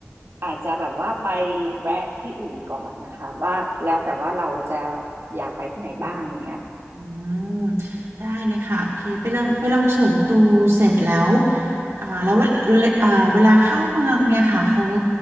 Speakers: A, on the right; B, on the right.
A: อาจจะแบบว่าไปแวะที่อื่นก่อนเนี่ยค่ะว่าแล้วแต่ว่าเราจะอยากไปที่ไหนบ้างอย่างเงี้ย
B: อืมได้เลยค่ะโอเคไปลองไปลองเฉิงตูเสร็จแล้วอ่าแล้วเอ่อเวลาเข้าเมืองเนี่ยค่ะเขา